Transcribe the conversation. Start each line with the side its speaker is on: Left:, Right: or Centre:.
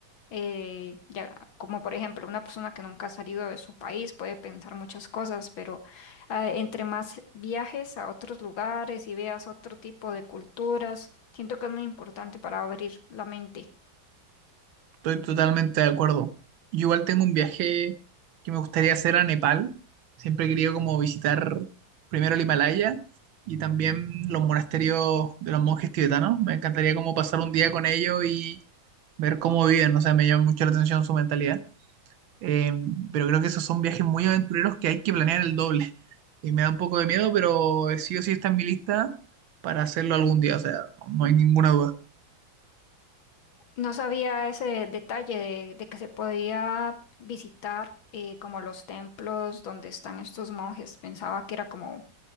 Left: Eh, ya, como por ejemplo, una persona que nunca ha salido de su país puede pensar muchas cosas, pero ah, entre más viajes a otros lugares y veas otro tipo de culturas, siento que es muy importante para abrir la mente.
Right: Estoy totalmente de acuerdo. Yo igual tengo un viaje que me gustaría hacer a Nepal. Siempre he querido como visitar primero el Himalaya y también los monasterios de los monjes tibetanos. Me encantaría como pasar un día con ellos y ver cómo viven. O sea, me llama mucho la atención su mentalidad. Eh, pero creo que esos son viajes muy aventureros que hay que planear el doble. Y me da un poco de miedo, pero sí o sí está en mi lista para hacerlo algún día. O sea, no hay ninguna duda.
Left: No sabía ese detalle de, de que se podía visitar eh, como los templos donde están estos monjes. Pensaba que era como